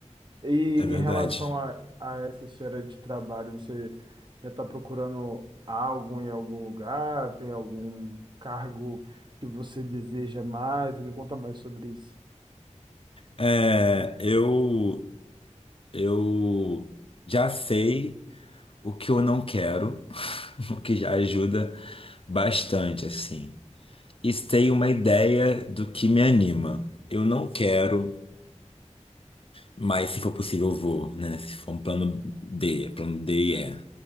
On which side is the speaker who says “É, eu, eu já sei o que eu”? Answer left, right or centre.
Left